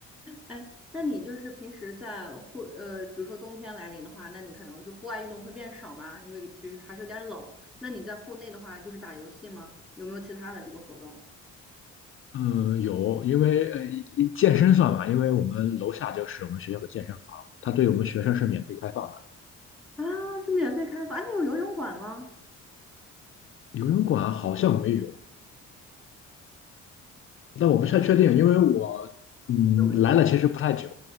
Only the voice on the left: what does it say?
嗯，有，因为呃一一健身算嘛，因为我们楼下就是我们学校的健身房，它对我们学生是免费开放的。
游泳馆好像没有，但我不太确定，因为我嗯来了其实不太久。